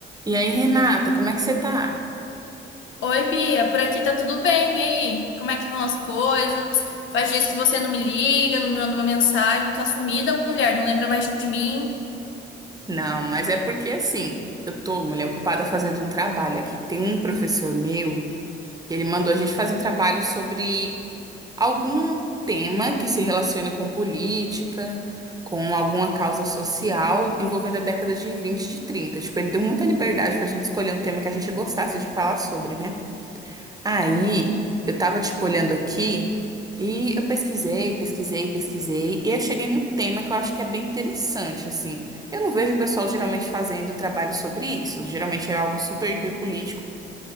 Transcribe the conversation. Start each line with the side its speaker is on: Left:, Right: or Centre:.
Right: E aí, Renata, como é que você tá?
Left: Oi, Bia, por aqui tá tudo bem, e aí? Como é que vão as coisas? Faz dias que você não me liga, não me manda uma mensagem, tá sumida, mulher, não lembra mais de mim.
Right: Não, mas é porque assim, eu tô, mulher, ocupada fazendo um trabalho aqui. Tem um professor meu que ele mandou a gente fazer um trabalho sobre algum tema que se relacione com política, com alguma causa social envolvendo a década de 20 de 30. Tipo, ele deu muita liberdade pra gente escolher um tema que a gente gostasse de falar sobre, né? Aí eu tava tipo olhando aqui e eu pesquisei, pesquisei, pesquisei, e aí eu cheguei num tema que eu acho que é bem interessante, assim. Eu não vejo o pessoal geralmente fazendo trabalho sobre isso. Geralmente é algo super hiperpolítico